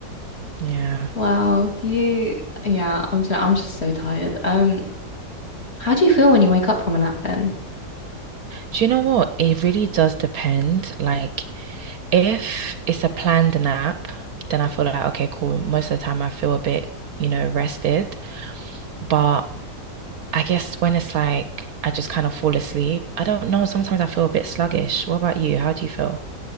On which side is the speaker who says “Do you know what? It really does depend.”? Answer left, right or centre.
Right